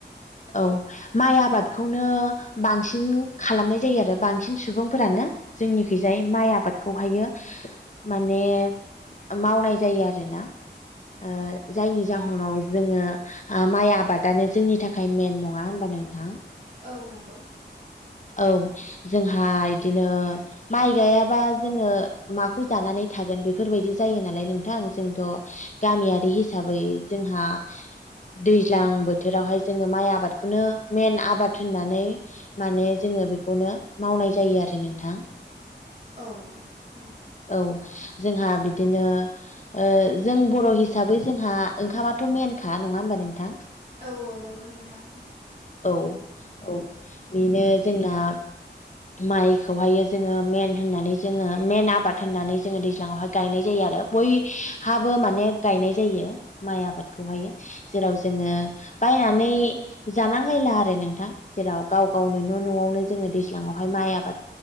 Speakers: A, on the left (about 40°); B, on the right (about 35°).
A: औ माइ आबादखौनो बांसिन खालामनाय जायो आरो बांसिन सुबुंफोरानो जोंनिखैजाय माइ आबादखौहायो माने मावनाय जायो आरोना अ जायनि जाहोनाव जोङो आ माइ आबादानो जोंनि थाखाय मेन नङा होनबा नोंथां
B: औ नंगौ
A: औ जोंहा इदिनो माइ गायाबा जोङो माखौ जानानै थागोन बेफोरबायदि जायो नालाय नोंथां जोंथ' गामियारि हिसाबै जोंहा दैज्लां बोथोरावहाय जोङो माइ आबादखौनो मेन आबाद होननानै माने जोङो बेखौनो मावनाय जायो आरो नोंथां
B: औ नोंथां
A: औ जोंहा बिदिनो अ जों बर' हिसाबै जोंहा ओंखामाथ' मेन खा नङा होनोमबा नोंथां
B: औ औ नंगौ नोंथां
A: औ औ बेनो ब <inaudible> माइखौहायो जोङो मेन होननानै जोङो मेन आबाद होननानै जोङो दैज्लाङावहाय गायनाय जायो आ रो बैहाबो माने गायनाय जायो माइ आबादखौहायो जेराव जोङो बायनानै जानांलायला आरो नोंथां जेराव गाव गावनो न' न'आवनो जोङो दै- ज्लांआवहाय माइ आबाद